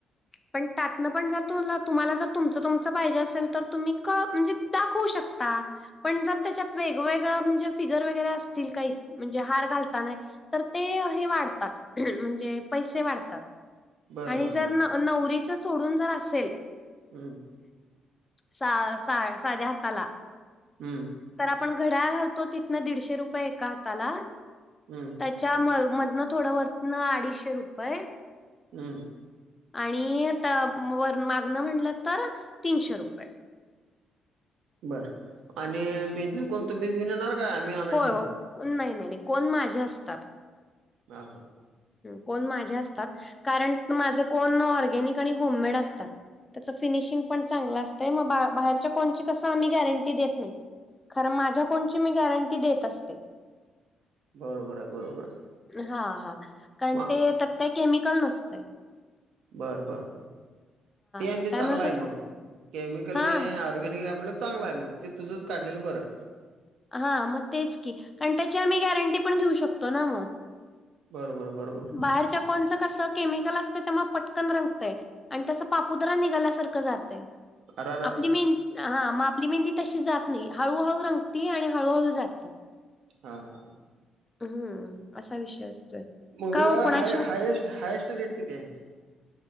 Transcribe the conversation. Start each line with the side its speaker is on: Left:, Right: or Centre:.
Left: पण त्यातनं पण जर तुला तुम्हाला जर तुमच तुमच पाहिजे असेल तर तुम्ही क म्हणजे दाखवू शकता ता पण जर त्याच्यात वेगवेगळं म्हणजे फिगर वगैरे असतील काही म्हणजे हार घालताना तर ते हे वाढतात म्हणजे पैसे वाढतात
Right: बर
Left: आणि
Right: बर
Left: जर
Right: बर
Left: नव नवरीच सोडून जर असेल
Right: हम्म
Left: सा सा साध्या हाताला
Right: हम्म
Left: तर आपण घड्याळ घालतो तिथनं दीडशे रुपये एका हाताला
Right: हम्म
Left: त्याच्या म मधनं थोडं वरतन अडीचशे रुपये
Right: हम्म
Left: आणि ते वर मागणं म्हंटलं तर तीनशे रुपये
Right: बर आणि मेहंदी कोण तुम्ही घेऊन येणार का आम्ही आणायचं
Left: हो हो नाही नाही नाही कोण माझे असतात
Right: ह हा
Left: कोण माझे असतात कारण माझे कोण ऑर्गॅनिक आणि होममेड असतात त्याच फिनिशिंग पण चांगलं असतंय मग बा बाहेरच्या कोणची कसं आम्ही गॅरंटी देत नाही खरं माझ्या कोणची मी गॅरंटी देत असते
Right: बरोबर आहे बरोबर आहे.
Left: हा हा कारण
Right: म
Left: ते त्यात काय केमिकल नसत.
Right: बर बर बर ते
Left: हा
Right: चांगला
Left: काय म्हणत
Right: आहे
Left: होत
Right: मग केमिकल
Left: हा.
Right: न ऑर्गॅनिक हाय चांगला आहे मग ते तुझंच काढलेलं बरं
Left: हा मग तेच की कारण त्याची आम्ही गॅरंटी पण घेऊ शकतो ना मग.
Right: बरोबर बरोबर.
Left: बाहेरच्या कोणचं कसं केमिकल असतं त्या मग पटकन रंगतय. आणि तसं पापूदरा निघाल्यासारखं जातय
Right: अर
Left: आपली मेन. हा मग आपली मेहंदी तशी जात नाही हळूहळू रंगते आणि हळूहळू जाते.
Right: हा हा ह.
Left: हम्म असा विषय असतोय.
Right: मग
Left: का ओ कुणाची
Right: हाय हायस्ट हायस्ट रेट किती आहे.